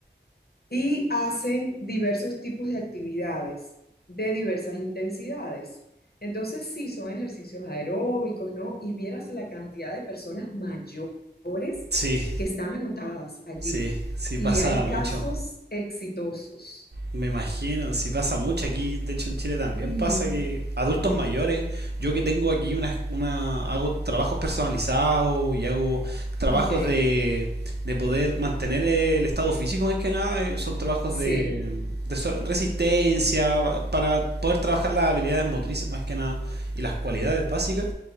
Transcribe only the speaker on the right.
Sí,
Sí, sí
pasa
mucho.
Me imagino, sí pasa mucho aquí, de hecho en Chile también
pasa que adultos mayores, yo que tengo aquí una, una hago trabajos personalizados y hago trabajos
de, de poder mantener el estado físico Es que nada, eh, son trabajos
de, de so- resistencia pa- para poder trabajar las habilidades motrices más que nada y las cualidades básicas.